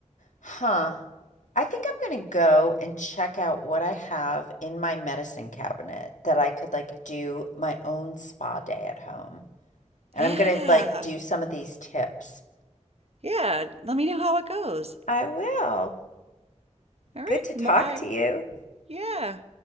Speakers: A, on the left; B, on the right.
A: Huh. I think I'm gonna go and check out what I have in my medicine cabinet that I could like do my own spa day at home.
B: Yeah.
A: And I'm gonna like do some of these tips.
B: Yeah, let me know how it goes.
A: I will.
B: All right,
A: Good to
B: bye-bye.
A: talk to you.
B: Yeah.